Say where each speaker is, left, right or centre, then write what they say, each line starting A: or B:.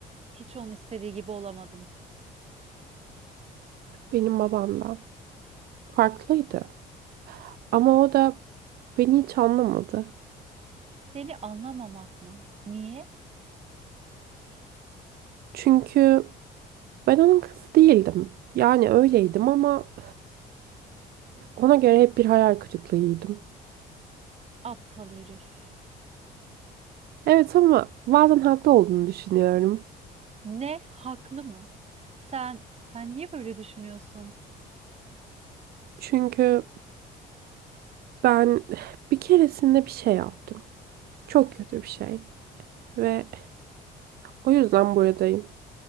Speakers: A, on the right; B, on the right.
A: hiç onun istediği gibi olamadım.
B: Benim babam da farklıydı. Ama o da beni hiç anlamadı.
A: Seni anlamamak mı? Niye?
B: Çünkü ben onun kızı değildim. Yani öyleydim ama ona göre hep bir hayal kırıklığıydım.
A: Aptal herif.
B: Evet ama bazen haklı olduğunu düşünüyorum.
A: Ne? Haklı mı? Sen sen niye böyle düşünüyorsun?
B: Çünkü ben bir keresinde bir şey yaptım. Çok kötü bir şey. Ve o yüzden buradayım.